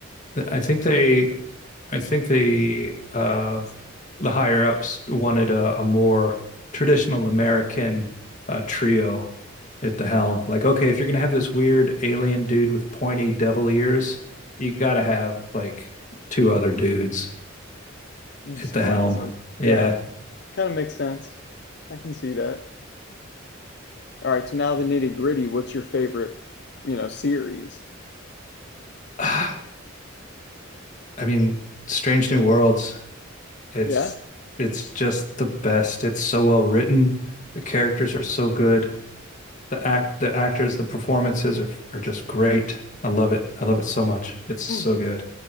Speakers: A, on the left; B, on the left.
A: I think they, I think they, uh, the higher ups wanted a, a more traditional American uh, trio at the helm. Like, okay, if you're gonna have this weird alien dude with pointy devil ears, you gotta have like two other dudes
B: Just
A: at the
B: classic.
A: helm. Yeah.
B: Yeah, kind of makes sense. I can see that. All right, so now the nitty-gritty. What's your favorite, you know, series?
A: <sighs> I mean, Strange New Worlds, it's
B: Yeah?
A: it's just the best. It's so well written. The characters are so good. the act the actors the performances are are just great i love it i love it so much it's so
B: Hmm.
A: good